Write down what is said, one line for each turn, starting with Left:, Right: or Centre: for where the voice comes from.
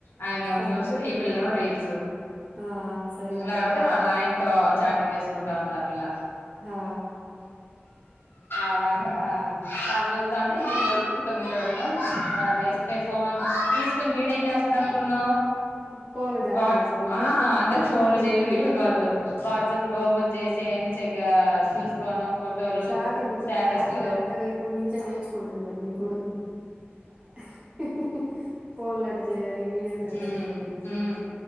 Left: ఆయనేమో
Right: వాట్
Left: న్యూస్ లేవా రీల్స్
Right: ఆ సరిపోయారు
Left: లేపోతే వాళ్ళ నాయన్ తో చాటింగ్ చేసుకుంటా ఉంటదపిల్ల
Right: రా
Left: అలాగా ఆల్ జూత్తవుంటే ఇగో ఈల్ తొంగిజూడటం అ లేస్తే ఫోన్ తీసుకుని వీడేం చేస్తడనుకున్నవ్
Right: ఫోన్లు చేత్తా
Left: వాచ్
Right: ఉంటాడా నీకు
Left: ఆ అంతే ఫోన్లు చేయడ వీడియో కాల్లు వాట్సాప్ లో ఓపెన్ చేసి అయన్నీ చగ చూసుకోను. ఫోటోలు
Right: చాటింగ్
Left: స్టేటస్లు
Right: చార్టింగ్ ఎత్తగా ఇప్పుడు నుంచే నేర్చుకుంటున్నడు నీ కొడుకు హ్ హిహిహి పోలెన్ క్క జేయాలి వీడియోకాల్
Left: ఉమ్
Right: ఎట్టజేయాలి
Left: ఉమ్